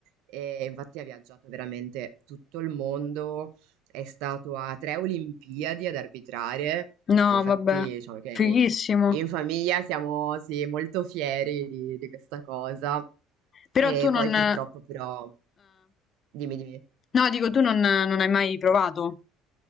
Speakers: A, on the right; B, on the left.
A: E infatti ha viaggiato veramente tutto il mondo, è stato a tre Olimpiadi ad arbitrare.
B: No,
A: Infatti,
B: vabbè,
A: diciamo che
B: fighissimo.
A: in famiglia siamo sì, molto fieri di, di questa cosa.
B: Però
A: E
B: tu
A: poi
B: non
A: purtroppo
B: ah.
A: però, dimmi, dimmi.
B: No, dico tu non non hai mai provato?